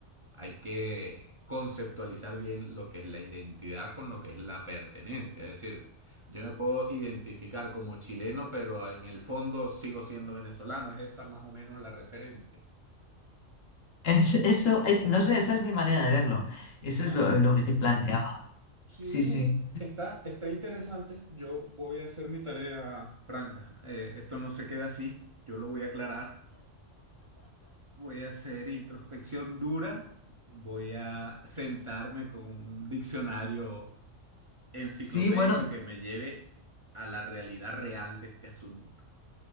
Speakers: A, on the right; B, on the left.
A: hay que conceptualizar bien lo que es la identidad con lo que es la pertenencia. Es decir, yo me puedo identificar como chileno, pero en el fondo sigo siendo venezolano. Es esa más o menos la referencia.
B: Es- eso es, no sé, esa es mi manera de verlo. Eso
A: ¿Ya?
B: es lo, lo que te planteaba.
A: Sí,
B: Sí, sí.
A: está, está interesante. Yo voy a hacer mi tarea franca. Eh, esto no se queda así. Yo lo voy a aclarar. Voy a hacer introspección dura. Voy a sentarme con un diccionario enciclopédico
B: Sí, bueno.
A: que me lleve a la realidad real de este asunto.